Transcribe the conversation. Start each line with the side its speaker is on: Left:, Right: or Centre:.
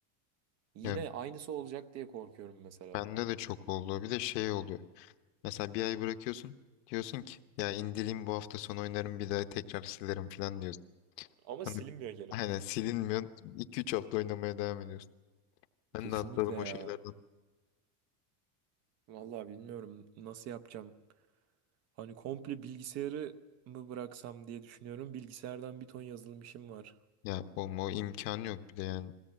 Right: Yine
Left: Yani
Right: aynısı olacak diye korkuyorum mesela.
Left: bende de çok oldu. Bir de şey oluyor. Mesela bir ay bırakıyorsun. Diyorsun ki ya indireyim bu hafta sonu oynarım bir daha tekrar silerim falan diyorsun.
Right: Ama
Left: Sonra
Right: silinmiyor
Left: <laughs>
Right: geri.
Left: aynen silinmiyor. 2-3 hafta oynamaya devam ediyorsun. Ben
Right: Kesinlikle
Left: de atladım
Right: ya.
Left: o şeylerden.
Right: Vallahi bilmiyorum nasıl yapacağım. Hani komple bilgisayarı mı bıraksam diye düşünüyorum. Bilgisayardan bir ton yazılım işim var.
Left: Ya olma o imkan yok bir de yani.